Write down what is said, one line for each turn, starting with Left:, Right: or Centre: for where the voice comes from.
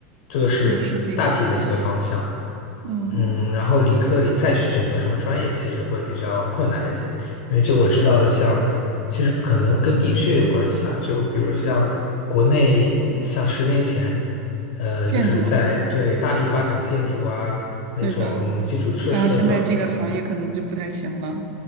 Left: 这个是大体的一个方向。
Right: 对，是这个意思。嗯，
Left: 嗯，然后理科里再去选择什么专业，其实会比较困难一些，因为就我知道的像，其实可能跟地区也有关系啦。就比如像国内，像十年前，呃，
Right: 建筑，
Left: 就是在对大力发展建筑啊那种基础设施的时候，
Right: 对吧？然后现在这个行业可能就不太行了。